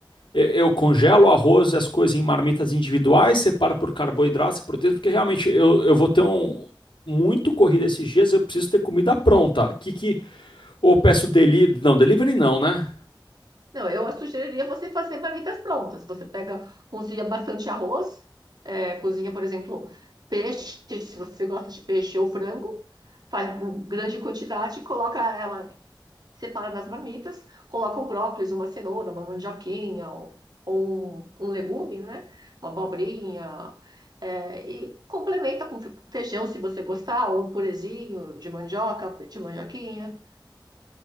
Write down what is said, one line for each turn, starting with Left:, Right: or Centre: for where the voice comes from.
Left: Eu eu congelo o arroz e as coisas em marmitas individuais, separo por carboidrato, e proteína, porque realmente eu, eu vou ter um muito corrida esses dias, eu preciso ter comida pronta. Que que ou eu peço delivery, não, delivery não, né?
Right: Não, eu sugeriria você fazer marmitas prontas. Você pega, cozinha bastante arroz, é, cozinha, por exemplo, peixe, se você gosta de peixe ou frango, faz uma grande quantidade, coloca ela, separa nas marmitas, coloca um brócolis, uma cenoura, uma mandioquinha ou, ou um, um legume, né? Uma abobrinha. é, e complementa com feijão, se você gostar, ou um purezinho de mandioca, de mandioquinha.